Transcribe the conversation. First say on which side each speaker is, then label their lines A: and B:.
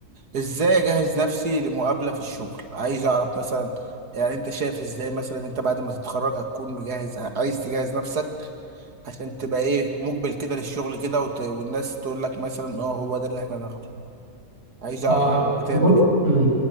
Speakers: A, on the right; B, on the right.
A: ازاي اجهز نفسي لمقابلة في الشغل عايز اعرف مثلا يعني انت شايف ازاي مثلا انت بعد ما تتخرج هتكون مجهز عايز تجهز نفسك عشان تبقى ايه مقبل كده للشغل كده وت... والناس تقول لك مثلا اه هو ده اللي احنا هناخده عايز اعرف
B: اه
A: منك بتعمل
B: بص
A: ايه
B: مم.